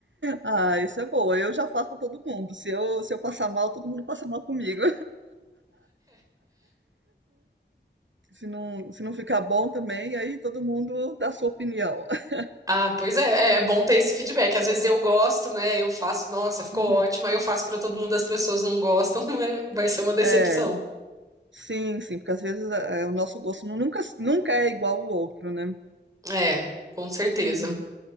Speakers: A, on the right (about 85°); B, on the right (about 20°).
A: Ah, isso é boa. Eu já faço pra todo mundo. Se eu, se eu passar mal, todo mundo passa mal comigo. Se não, se não ficar bom também, aí todo mundo dá sua opinião. <laughs>
B: Ah, pois é, é bom ter esse feedback. Às vezes eu gosto, né? Eu faço, nossa, ficou
A: Uhum.
B: ótimo, aí eu faço pra todo mundo, as pessoas não gostam, <laughs> é, vai ser uma decepção.
A: É, sim, sim, porque às vezes é, é, o nosso gosto nu- nunca, nunca é igual ao outro, né?
B: É, com certeza.
A: Uhum.